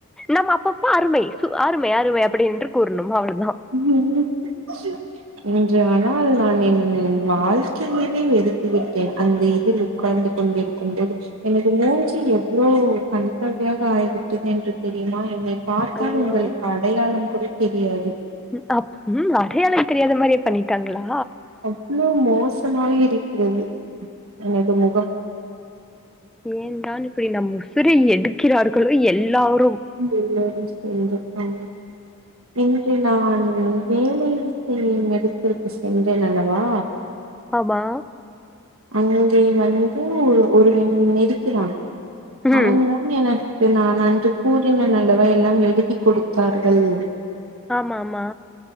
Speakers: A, in the centre; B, on the right.
A: நம் அப்பப்ப அருமை சு அருமை அருமை அப்டி என்று கூறணும் அவ்ளோதா
B: உம் உம் ச்சு ன்றான்னால் நான் என் வாழ்க்கைவே எடுத்துவிட்டேன் அந்த இதில் உட்கார்ந்து கொண்டிருக் க்கும் போது எனது மூஞ்சி எவ்ளோ கன்றாவியாக ஆகிவிட்டது என்று தெரியுமா என்னை பார்த்தால்
A: ஐயோ!
B: உங்களுக்கு அடையாளம் கூட தெரியாது
A: ம் அப் உம் அடையாளம் தெரியாத மாதிரி பண்ணிட்டாங்களா
B: அவ்ளோ மோசமாக இருக்கிறது எனது முகம்
A: ஏந்தான் இப்படி நம் உசிர எடுக்கிறார்களோ எல்லாரும்
B: எல்லோரும் <inaudible> இன்று நான்னு வேலை செய்யும் இடத்திற்கு சென்றேன் அல்லவா
A: ஆமா
B: அங்கே வந்து ஒருவன் இருக்கிறான் அவன்
A: ம்.
B: தான் எனக்கு நான் அன்று கூறினேன் அல்லவா எல்லாம் எழுதி கொடுத்தார்கள்
A: ஆமாம்மா